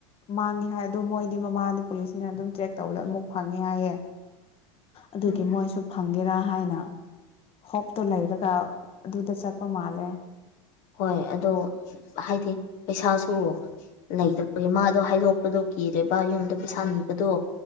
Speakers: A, on the left; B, on the left.
A: ꯃꯥꯡꯉꯦ ꯍꯥꯏ ꯑꯗꯣ ꯃꯣꯏꯗꯤ ꯃꯃꯥꯗꯤ ꯄꯨꯂꯤꯁꯅ ꯑꯗꯨꯝ ꯇ꯭ꯔꯦꯛ ꯇꯧꯕꯗ ꯑꯗꯨꯝ ꯐꯪꯉꯦ ꯍꯥꯏꯌꯦ ꯑꯗꯨꯒꯤ
B: ꯎꯝ
A: ꯃꯣꯏꯁꯨ ꯐꯪꯒꯦꯔꯥ ꯍꯥꯏꯅ ꯍꯣꯞꯇꯣ ꯂꯩꯔꯒ ꯑꯗꯨꯗ ꯆꯠꯄ ꯃꯥꯜꯂꯦ
B: ꯍꯣꯏ ꯑꯗꯣ ꯍꯥꯏꯗꯤ ꯄꯩꯁꯥꯁꯨ ꯂꯩꯇꯕꯒꯤ ꯃꯥꯗꯣ ꯍꯥꯏꯗꯣꯛꯄꯗꯣ ꯀꯤꯔꯦꯕ ꯌꯨꯝꯗ ꯄꯩꯁꯥ ꯅꯤꯕꯗꯣ